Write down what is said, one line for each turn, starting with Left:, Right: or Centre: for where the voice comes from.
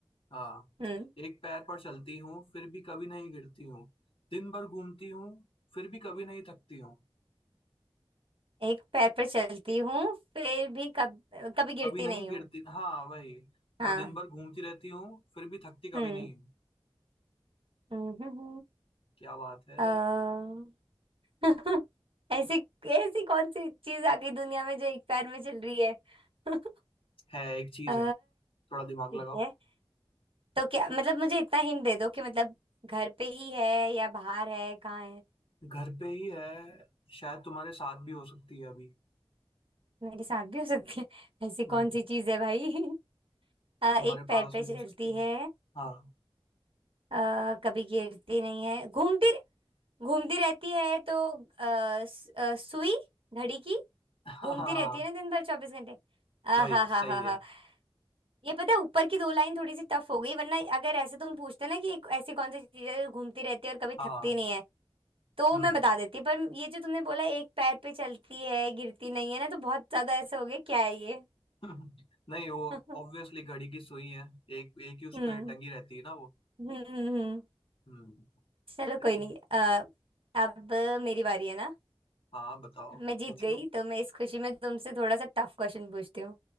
Left: हाँ
Right: हम्म
Left: एक पैर पर चलती हूँ फिर भी कभी नहीं गिरती हूँ दिन भर घूमती हूँ फिर भी कभी नहीं थकती हूँ
Right: एक पैर पर चलती हूँ फिर भी कब कभी गिरती
Left: कभी नहीं
Right: नहीं
Left: गिरती
Right: हूँ
Left: हाँ वही
Right: हाँ
Left: और दिन भर घूमती रहती हूँ फिर भी थकती
Right: हम्म
Left: कभी नहीं हूँ
Right: <laughs> हम्म, हम्म,
Left: क्या बात है
Right: हम्म, अ, <laughs> ऐसी ऐसी कौन सी चीज आ गई दुनिया में जो एक पैर में चल रही है <laughs>
Left: है एक चीज
Right: अ,
Left: है थोड़ा दिमाग
Right: ठीक
Left: लगाओ
Right: है तो क्या मतलब मुझे इतना हिंट दे दो कि मतलब घर पे ही है या बाहर है कहाँ है
Left: घर पे ही है शायद तुम्हारे साथ भी हो सकती है अभी
Right: मेरे साथ भी हो सकती है ऐसी कौन
Left: हम्म
Right: सी चीज है भाई <laughs> अ,
Left: तुम्हारे
Right: एक पैर
Left: पास
Right: पे
Left: भी
Right: चलती
Left: हो सकती
Right: है
Left: है हाँ
Right: आ, कभी गिरती नहीं है घूमती घूमती रहती है तो आ, सुई घड़ी की
Left: <laughs>
Right: घूमती
Left: हाँ
Right: रहती है ना दिन भर चौबीस घंटे आ
Left: वही
Right: हा हा
Left: सही
Right: हा
Left: है
Right: हा ये पता है ऊपर की दो लाइन थोड़ी सी टफ हो गई वरना अगर ऐसे तुम पूछते ना कि एक ऐसी कौन सी चीज है जो घूमती रहती है और कभी
Left: हाँ
Right: थकती नहीं है तो
Left: हम्म
Right: मैं बता देती पर ये जो तुमने बोला एक पैर पे चलती है गिरती नहीं है ना तो बहुत ज्यादा ऐसे हो गया क्या है ये
Left: <laughs> नहीं वो
Right: <laughs> हम्म
Left: ऑब्वियसली घड़ी की सुई है एक एक ही उस
Right: हम्म
Left: पे टंगी रहती है ना वो
Right: हम्म,
Left: हम्म
Right: चलो
Left: देखो,
Right: कोई नहीं अ, अब मेरी बारी है ना
Left: हाँ बताओ
Right: मैं जीत
Left: पूछो
Right: गई तो मैं इस खुशी में तुमसे थोड़ा सा टफ क्वेश्चन पूछती हूँ